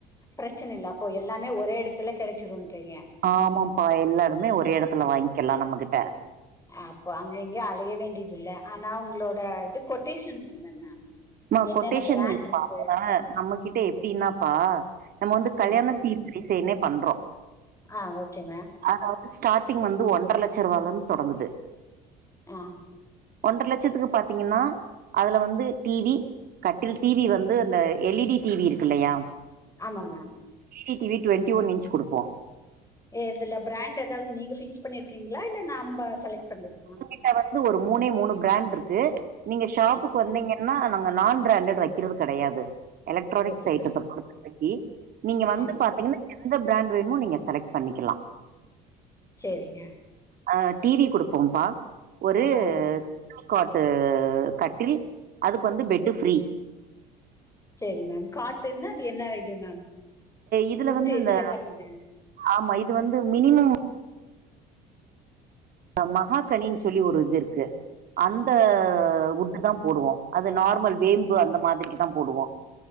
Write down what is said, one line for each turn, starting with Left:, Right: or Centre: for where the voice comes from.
Left: பிரச்சன இல்ல அப்போ எல்லாமே ஒரே இடத்துல கெடைச்சிரும்ன்றீங்க
Right: ஆமாப்பா எல்லாருமே ஒரே இடத்துல வாங்கிக்கலாம் நம்மகிட்ட
Left: அப்போ அங்க அங்கே அலைய வேண்டியது இல்ல ஆனா உங்களோட இது கொட்டேஷன் வேணுமே மேம்
Right: மா
Left: என்னென்ன
Right: கொட்டேஷன்
Left: பிராண்ட்
Right: இப்ப
Left: இருக்கு
Right: நம்ம கிட்ட எப்படின்னாப்பா நம்ம வந்து கல்யாண
Left: ம்.
Right: டிசைனே பண்றோம்
Left: ஆ ஓ கே மேம்
Right: அதாவது ஸ்டார்டிங் வந்து ஒன்றரை லட்சம் ரூபாய்ல இருந்து தொடங்குது
Left: ஆ
Right: ஒன்ற லட்சத்துக்கு பாத்தீங்கன்னா அதுல வந்து டி வி கட்டில் டி வி வந்து இந்த L E D T V இருக்கு இல்லையா
Left: ஆமாமா
Right: L E D T V twenty one inch குடுப்போம்
Left: ஏ இதுல பிராண்ட் எதாவ்து நீங்க ஃபிக்ஸ் பண்ணிருக்கீங்ளா இல்ல நம்ப செலக்ட் பண்றதுங்ளா
Right: இங்க வந்து ஒரு மூணே மூணு பிராண்ட் இருக்கு நீங்க ஷாப்புக்கு
Left: எஸ்
Right: வந்தீங்க ஏன்னா நாங்க நான் பிராண்டட் வெக்கிறது கெடையாது எலக்ட்ரானிக்ஸ்
Left: ஓகே
Right: ஐட்டத்த
Left: மேம்
Right: பொறுத்த வரைக்கி நீங்க வந்து
Left: ஆமா
Right: பாத்தீங்ன்னா
Left: மேம்
Right: எந்த பிராண்ட் வேணுமோ நீங்க செலக்ட் பண்ணிக்கலா
Left: சேரிங்க
Right: ஆ டி வி கொடுப்போம்ப்பா ஒரு
Left: ஆ
Right: க்காட்டு கட்டில் அதுக்கு வந்து பெட்டு ஃப்ரீ
Left: சேரி மேம் காட்டுன்னா அது என்ன இது மேம்
Right: இதுல
Left: உட்டு
Right: வந்து
Left: எதுல
Right: இந்த
Left: பண்ணது
Right: ஆமா இது வந்து மினிமம் அ மகா கனின்னு சொல்லி ஒரு இது இருக்கு அந்த உட் தான் போடுவோம் அது நார்மல் வேம்பு அந்த மாதிரிக்கு தான் போடுவோம்